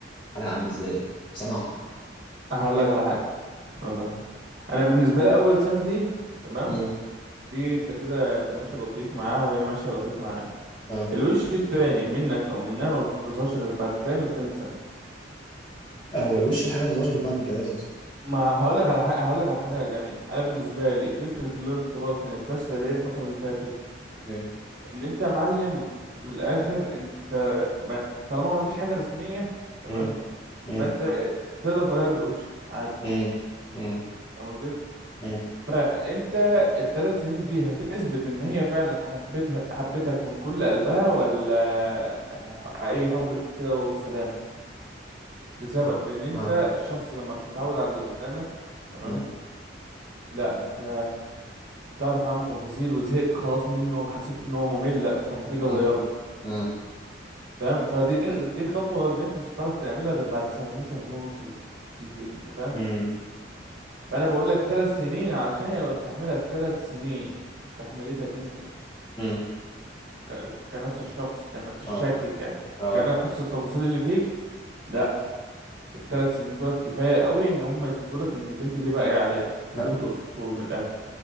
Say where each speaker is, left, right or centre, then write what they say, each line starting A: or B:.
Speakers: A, on the left; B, on the right.
A: حالها عامل ازاي سنه واحده
B: هقول لك على حاجه هقول لك على حاجه انا بالنسبه لي اول سنه دي تمام
A: امم
B: دي انت كده انت ماشي لطيف معاها وهي ماشيه لطيف معاك
A: اه
B: الوش التاني منك او منها ما بيظهرش غير بعد تاني وتالت سنه
A: آه، هو الوش الحقيقي ما بيظهرش غير بعد الجواز يا اسطى
B: ما هقول لك على حاجه هقول لك على حاجه جميله انا بالنسبه لي فكره الارتباط كانت فاشله ليه الفتره اللي فاتت
A: ليه
B: ان انت يا معلم من الاخر انت ما طالما ما فيش حاجه رسميه تمام
A: مم. مم.
B: فانت تقدر تغير الاوبشن عادي
A: مم. مم.
B: فاهم قصدي
A: مم.
B: فانت الثلاث سنين دي هتثبت ان هي فعلا حبتها حبتك من كل قلبها ولا ح- اي حب كده والسلام لسبب
A: اه
B: لان انت
A: اه
B: الشخص لما بتتعود على اللي قدامك تمام
A: مم.
B: لا انت تعرف عنه تفاصيل وزهقت خلاص منه حسيت ان هو ممل لا طب ما تيجي اغيره
A: مم. مم.
B: فاهم فدي دي خطوة البنت مش هتعرف تعملها غير بعد سنتين سنتين ونص بالكتير انت فاهم
A: مم.
B: فانا بقول لك ثلاث سنين علشان هي لو استحملت ثلاث سنين استحملتك انت
A: مم.
B: ك... كنفس الشخص كنفس الشكل
A: اه
B: ك...
A: اه
B: كنفس التفاصيل اللي فيك لا الثلاث سنين دولت كفاية قوي ان هم يثبتوا لك ان البنت دي باقية عليك وبنت
A: لا
B: اصول من الاخر